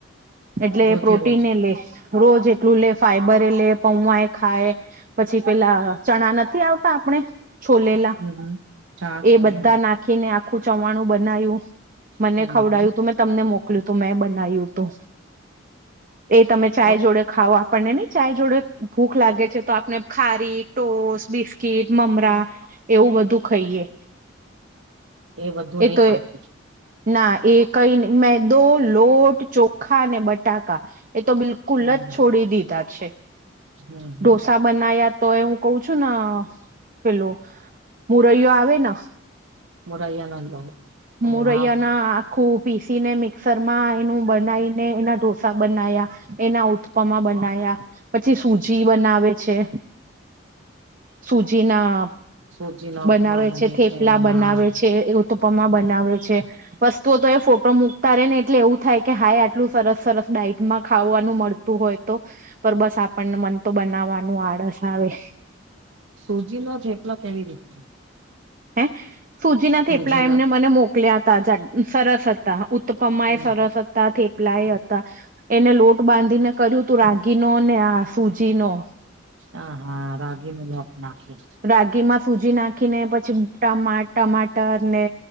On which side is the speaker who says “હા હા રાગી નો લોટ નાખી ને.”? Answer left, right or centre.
Right